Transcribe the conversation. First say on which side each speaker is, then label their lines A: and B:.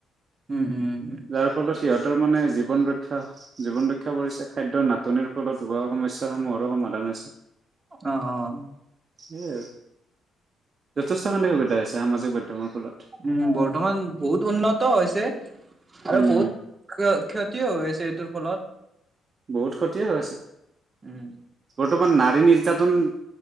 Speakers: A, on the right; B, on the right.
A: উম উম উম
B: যাৰ ফলত সিহঁতৰ মানে জীবন জীৱন ৰক্ষা কৰিছে খাদ্যৰ নাটনিৰ ফলত হোৱা সমস্যা সমূহৰো সমাধান হৈছে।
A: আহ আহ
B: <unintelligible> যথেষ্টখিনি সুবিধা আছে। সামাজিক মাধ্যমৰ ফলত।
A: উম বৰ্তমান বহুত উন্নত হৈছে আৰু
B: উম,
A: বহুত ক্ষতি কিয় হৈ আছে এইটোৰ ফলত
B: বহুত ক্ষতি হৈ আছে
A: উম
B: বৰ্তমান নাৰী নিৰ্যাতন